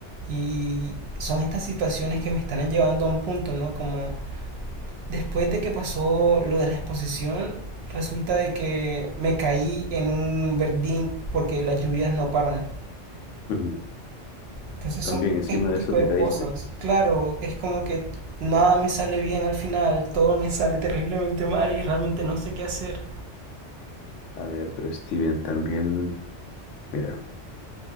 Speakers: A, on the right (about 65°); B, on the left (about 85°).
A: y son estas situaciones que me están llevando a un punto, ¿no? Como después de que pasó lo de la exposición, resulta de que me caí en un verdín porque las lluvias no paran.
B: Ujú.
A: Entonces
B: También
A: son
B: encima
A: este tipo
B: de eso te
A: de
B: caíste.
A: cosas. Claro, es como que nada me sale bien al final, todo me sale terriblemente mal y realmente no sé qué hacer.
B: A ver, pero Steven, también, mira,